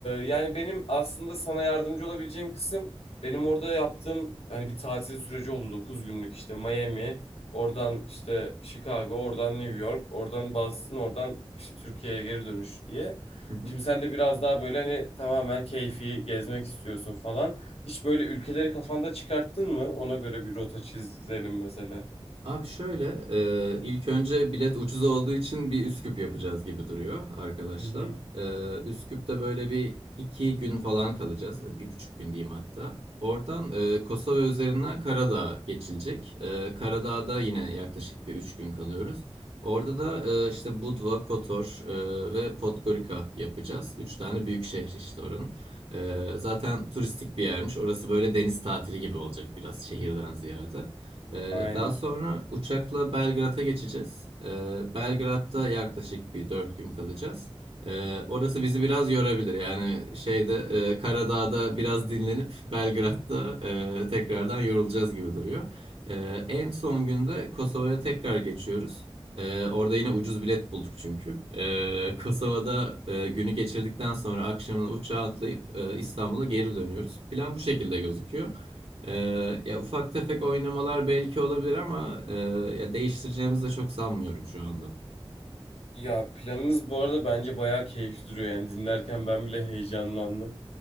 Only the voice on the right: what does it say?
Hı hı.
Abi şöyle, e, ilk önce bilet ucuz olduğu için bir Üsküp yapacağız gibi duruyor arkadaşlar.
E, Üsküp'te böyle bir iki gün falan kalacağız, E, bir buçuk gün diyeyim hatta. Oradan e, Kosova üzerinden Karadağ geçilecek. E, Karadağ'da yine yaklaşık bir üç gün kalıyoruz. Orada da e, işte Budva, Kotor e, ve Podgorica yapacağız. Üç tane büyük şehir işte oranın. E, zaten turistik bir yermiş. Orası böyle deniz tatili gibi olacak biraz şehirden ziyade. Ee,
daha sonra uçakla Belgrad'a geçeceğiz. Ee, Belgrad'da yaklaşık bir dört gün kalacağız. Ee, orası bizi biraz yorabilir. Yani şeyde e, Karadağ'da biraz dinlenip <laughs> Belgrad'da e, tekrardan yorulacağız gibi duruyor. Ee, en son günde Kosova'ya tekrar geçiyoruz. Ee, orada yine ucuz bilet bulduk çünkü. Ee, Kosova'da e, günü geçirdikten sonra akşamına uçağa atlayıp e, İstanbul'a geri dönüyoruz. Plan bu şekilde gözüküyor. Ee, ya ufak tefek oynamalar belki olabilir ama e, ya değiştireceğimizi de çok sanmıyorum şu anda.